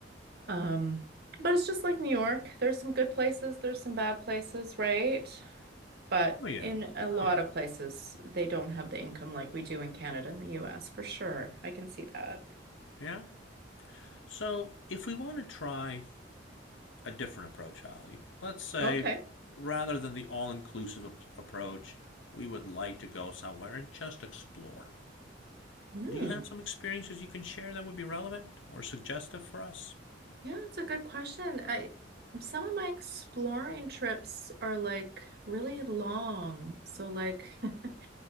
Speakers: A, on the right; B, on the left.
A: Um, but it's just like New York. There's some good places, there's some bad places, right? But
B: oh yeah,
A: in a lot
B: oh yeah,
A: of places, they don't have the income like we do in Canada and the US, for sure. I can see that.
B: yeah. So if we want to try a different approach, Holly. Let's say
A: Okay.
B: rather than the all inclusive ap- approach, we would like to go somewhere and just explore.
A: Mm.
B: Do you have some experiences you can share that would be relevant or suggestive for us?
A: Yeah, it's a good question. I some of my exploring trips are like really long. So like <laughs>